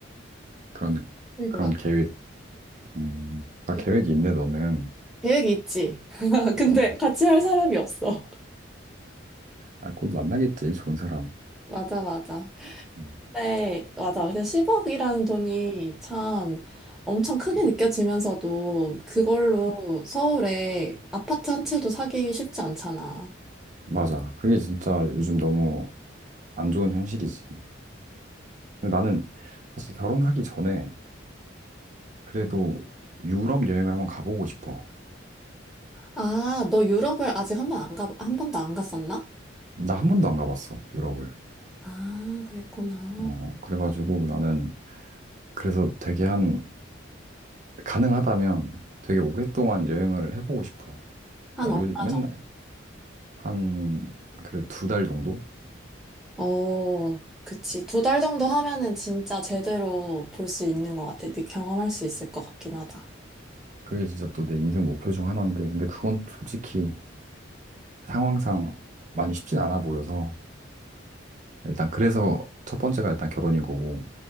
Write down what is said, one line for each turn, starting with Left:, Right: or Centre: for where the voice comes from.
Right: 그런,
Centre: 수입을
Right: 그런
Centre: 만
Right: 계획, 음, 다
Centre: 그
Right: 계획이 있네, 너는.
Centre: 계획이 있지. <laughs> 근데
Right: 음,
Centre: 같이 할 사람이 없어. <laughs>
Right: 아, 곧 만나겠지, 좋은 사람.
Centre: 맞아, 맞아.
Right: 음,
Centre: 네, 맞아. 근데 10억이라는 돈이 참 엄청 크게 느껴지면서도 그걸로 서울에 아파트 한 채도 사기 쉽지 않잖아.
Right: 맞아. 그게 진짜 요즘 너무 안 좋은 현실이지. 근데 나는 사실 결혼하기 전에 그래도 유럽 여행을 한번 가보고 싶어.
Centre: 아, 너 유럽을 아직 한 번 안 가, 한 번도 안 갔었나?
Right: 나 한 번도 안 가봤어, 유럽을.
Centre: 아, 그랬구나.
Right: 어, 그래가지고 나는 그래서 되게 한, 가능하다면 되게 오랫동안 여행을 해보고 싶어.
Centre: 한
Right: 그러니까
Centre: 얼마
Right: 요, 맨날
Centre: 정도?
Right: 한, 그래도 두 달 정도?
Centre: 어, 그치. 두 달 정도 하면은 진짜 제대로 볼 수 있는 것 같아. 네, 경험할 수 있을 것 같긴 하다.
Right: 그게 진짜 또 내 인생 목표 중 하나인데, 근데 그건 솔직히 상황상 많이 쉽진 않아 보여서, 일단 그래서 첫 번째가 일단 결혼인 거고,